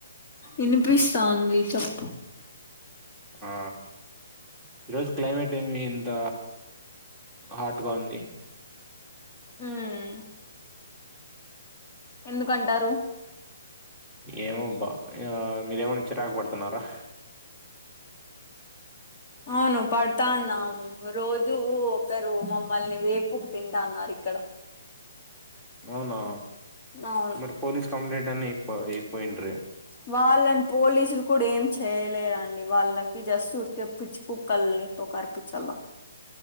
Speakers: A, on the left; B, in the centre.
A: ఇనిపిస్తాంది చెప్పు
B: ఆ ఈ రోజు క్లైమేట్ ఏమి ఇంత హాట్గా ఉంది
A: మ్మ్ ఎందుకంటారు
B: ఏమో బా మీరేమన్నా చిరాకు పడుతున్నారా
A: అవును పడతాన్నామ్ రోజు ఒకరు మమ్మల్ని వేపుకు తింటా అన్నారు ఇక్కడ
B: అవునా
A: అవును
B: మరి పోలీస్ కంప్లైంట్ అయిన ఇపో ఇపోయిండ్రే
A: వాళ్ళని పోలీసులు కూడా ఏం చేయలేరండి వాళ్ళకి ఈ జస్ట్ ఊర్కే పిచ్చి కుక్కల్ని తో కరిపిచ్చాలా